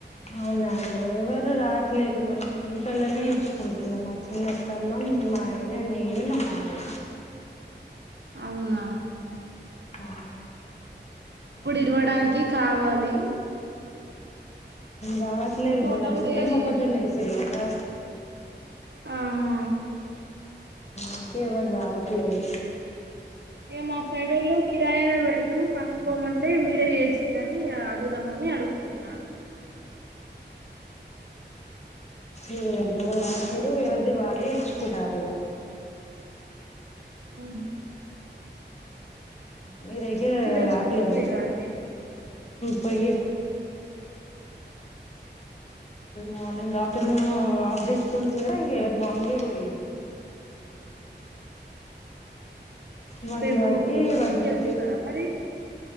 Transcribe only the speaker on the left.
అవునండి ఎవరు రాట్లేరు మనము ఇంట్లోనే ఇచ్చుకుంటున్నాం మా చిన్నతమ్మ మా ఆయన నేను మా మామయ్య
ఆ
రావట్లేదు
ఇర్బోద్ అంత
మొక్కజొన్న ఇసిరు కాదా
ఇంకేవరు రావట్లేదు
ఇవ్వల ఎవ్వరూ రాట్లేరు ఎవరిది వాళ్ళే ఇచ్చుకుంటరు ఇగ
మీ దగ్గర
రాట్లేద
పోయిండిళ మార్నింగ్ మ హాఫ్ డే స్కూల్ ఏ కదా మార్నింగ్ ఆ పోయిరు వన్
వరకి వన్
థర్టీ